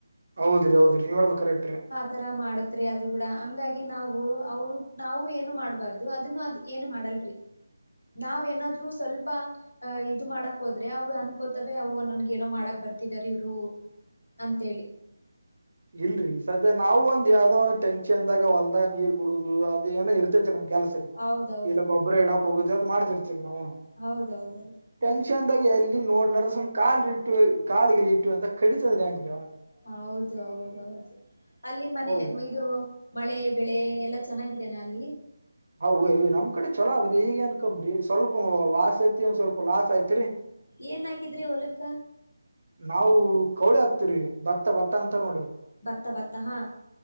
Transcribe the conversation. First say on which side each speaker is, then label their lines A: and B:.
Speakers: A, on the right; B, on the left.
A: ಹೌದ್ರಿ ಹೌದಿ ನೀವ್ ಹೇಳಳ್ಬೇಕ ಕರೆಕ್್ರೀ
B: ತರ ಮಾಡತ್ೀ ಅದು ಕೂಡ ಹಂಗಾಗಿ ನಾವು ಅವ ನಾವು ಏನು ಮಾಡ್ಬಾರ್ದು ಅದನ್ನು ಅದ್ ಏನು ಮಾಡಲ್ರರಿ ನಾವೇನಾದ್ರು ಸ್ವಲ್ಪ ಅಹ ಇದು ಮಾಡಕ್ ಹೋದ್ರೆ ಅವು ಅನ್ಕೋತವೆ ಅವು ನನ್ಗ ಏನೋ ಮಾಡಕ್ ಬರ್ತಿದಾರ ಇವ್ರು ಅಂಥೇಳಿ
A: ಇಲ್ರರಿ ಸದ್ಯ ನಾವು ಒಂದ್ ಯಾವ್ದದೋ ಒಂದು ಟೆನ್ಕ್ಷನ್ದಾಗ ಹೊಲ್ದ ನೀರ್ ಬಿಡುದು ಅದೇಏನೋ ಇರ್ತೈತಿರಿ ನಮ್ ಕೆಲಸ ರಿ
B: ಹೌದೌದು
A: ಇಲ್ಲ ಗೊಬ್ಬರ ಇಡಕ್ ಹೋಗುದ ಅ ಮಾಡ್ತಿರ್ತೀರಿ ನಾವವು
B: ಹೌದೌದೌದು
A: ಟೆಂಕ್ಷನ್ದಾಗ ಎಲ್ಲಿ ನೋಡ್ ಮಾಡಡ್ರ ಸುಮ್ ಕಾಲಲ್ ಇಟ್ಟು ಕಾಲಲ್ಲಿ ಇಟ್ಟು ಅಂತ ಕಡಿತಂದ್ರೆ ಹಂಗಿ ಅವ
B: ಹೌದು ಹೌದೌದು ಅಲ್ಲಿ ಮನೆ
A: ಹೌದ್ರಿ
B: ಇದು ಮಳೆ ಬೆಳೆ ಎಲ್ಲಾ ಚೆನ್ನಾಗಿದೆನಾ ಅಲ್ಲಿ
A: ಹ್್ ನಮ್ಮ ಕಡೆ ಚಲೋ ಆದ್ರಿ ಈಗ ಏನ್ಕಂಬ್ರಿ ಸ್ವಲ್ಪ ವಾಸ ಐತಿ ಒ್ ಸ್ವಲ್ಪ ಲಾಸ್ ಐತ್ರಿ
B: ಏನ್ ಹಾಕಿದ್ರಿ ಒಲಕ್ಕ
A: ನಾವವು ಕೌಳಿ ಹಾಕ್ತಿ್ರರಿ ಭತ್ತ ಭತ್ತ ಅಂತ ನೋಡ್ರಿ
B: ಭತ್ತ ಭತ್ತ ಹಾ